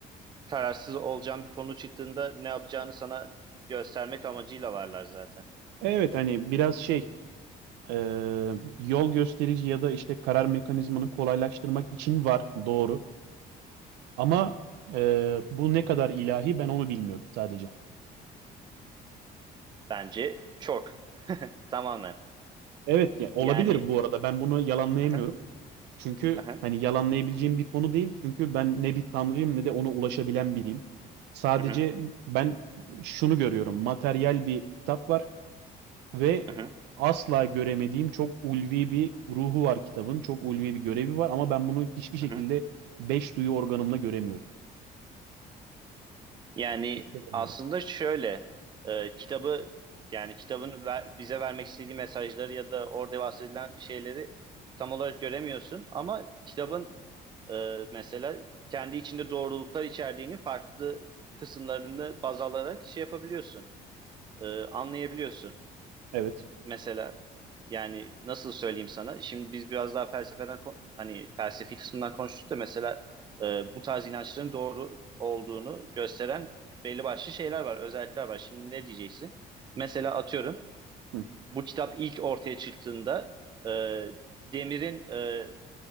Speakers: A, on the right; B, on the right.
A: kararsız olacağın bir konu çıktığında ne yapacağını sana göstermek amacıyla varlar zaten.
B: Evet hani biraz şey e, yol gösterici ya da işte karar mekanizmanı kolaylaştırmak için var doğru. Ama e, bu ne kadar ilahi ben onu bilmiyorum sadece.
A: Bence çok. <laughs> Tamamen.
B: Evet ya olabilir
A: Yani
B: bu arada ben bunu yalanlayamıyorum.
A: Aha,
B: Çünkü
A: aha,
B: hani yalanlayabileceğim bir konu değil. Çünkü ben ne bir tanrıyım ne de ona ulaşabilen biriyim. Sadece
A: aha,
B: ben şunu görüyorum. Materyal bir kitap var ve
A: aha,
B: asla göremediğim çok ulvi bir ruhu var kitabın. Çok ulvi bir görevi var ama ben bunu hiçbir şekilde
A: aha.
B: beş duyu organımla göremiyorum.
A: Yani
B: Hissedemiyorum.
A: aslında şöyle e, kitabı yani kitabın ver- bize vermek istediği mesajları ya da orada bahsedilen şeyleri tam olarak göremiyorsun ama kitabın e, mesela kendi içinde doğruluklar içerdiğini farklı kısımlarını baz alarak şey yapabiliyorsun, e, anlayabiliyorsun.
B: Evet.
A: mesela yani nasıl söyleyeyim sana? Şimdi biz biraz daha felsefeden ko- hani felsefi kısmından konuştuk da mesela e, bu tarz inançların doğru olduğunu gösteren belli başlı şeyler var, özellikler var. Şimdi ne diyeceksin? Mesela atıyorum
B: Hı,
A: bu kitap ilk ortaya çıktığında e, demirin e,